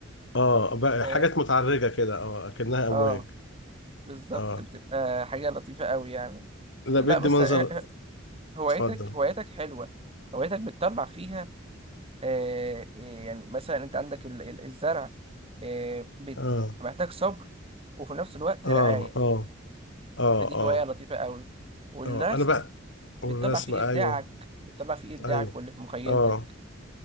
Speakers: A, on the left; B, on the right.
A: اه بقى
B: فاهم؟
A: حاجات متعرجة كده اه اكنها امواج
B: اه بالظبط
A: اه
B: بتبقى حاجة لطيفة أوي يعني
A: لا
B: لا
A: بدي
B: بس
A: منظر
B: آه، آه، هوايتك
A: اتفضل
B: هوايتك حلوة هوايتك بتطلع فيها آه، إيه، يعني مثلا انت عندك ال- ال- الزرع آه، بت-
A: اه
B: محتاج صبر وفي نفس الوقت
A: اه
B: رعاية
A: اه اه
B: فدي
A: اه
B: هواية لطيفة قوي والرسم
A: اه انا بقى والرسم
B: بتطلع فيه
A: ايوه
B: إبداعك بتطلع فيه إبداعك
A: ايوه
B: واللي في مخيلتك
A: اه